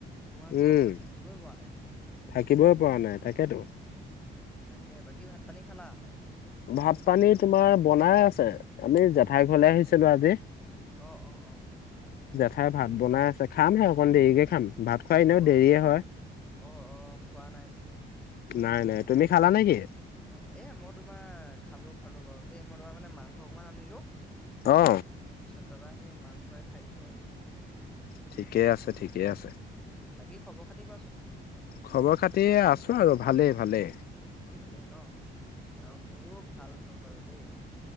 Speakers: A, in the centre; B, on the left.
A: তোমাৰ ঘৰৰ
B: উম
A: ভিতৰত থাকিবই পৰা নাই
B: থাকিবই পৰা নাই তাকেতো
A: উম তাকে বাকী ভাত পানী খালা
B: ভাত পানী তোমাৰ বনাই আছে আমি জেঠাই ঘৰলে আহিছিলো আজি
A: অঁ অঁ অঁ
B: খাই ভাত বনাই আছে খামহে অকণ দেৰিকৈ খাম ভাত খুৱাই এনেও
A: অ
B: দেৰিয়ে হয়
A: অ অ খোৱা নাই তেতিয়া
B: নাই নাই তুমি খালা নেকি
A: অ' এ মই তোমাৰ খালো খালো বাৰু দেই মই তোমাৰ মানে মাংস অকমান আনিলো
B: অ
A: তাৰপিছত তাৰপৰা সেই মাংসই খাই দিলো আৰু।
B: ঠিকেই আছে ঠিকেই আছে।
A: উম বাকী খবৰ খাতি কোৱাচোন।
B: খবৰ খাতি আছো আৰু ভালেই ভালে।
A: ভালেই ন? অ মোৰো ভাল ভাল বাৰু দেই।